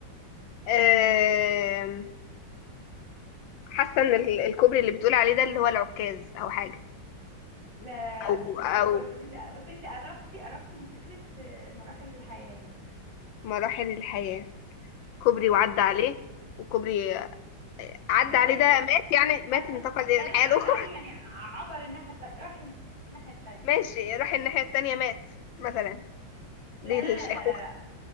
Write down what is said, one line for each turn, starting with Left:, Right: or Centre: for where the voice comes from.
Left: آم، حاسة إن ال- الكوبري اللي بتقول عليه ده اللي هو العكاز أو حاجة
Right: لا لا لا
Left: أو
Right: مش للدرجة
Left: أو
Right: دي بس انت بس انت قربتي قربتي من فكرة آه، مراحل الحياة يعني
Left: مراحل الحياة كوبري
Right: مم.
Left: وعدى عليه وكوبري عدى
Right: يا واحد
Left: عليه ده مات يعني مات
Right: ثلاث
Left: انتقل
Right: أش...
Left: إلى
Right: لا
Left: الحياة
Right: لا عدى
Left: الأخرى
Right: عليه يعني ع- عبر الناحية التانية راح الناحية التانية
Left: <laughs> ماشي راح الناحية التانية مات مثلا
Right: لا
Left: دي
Right: لا
Left: الشيخوخة
Right: لا لا لا, لا.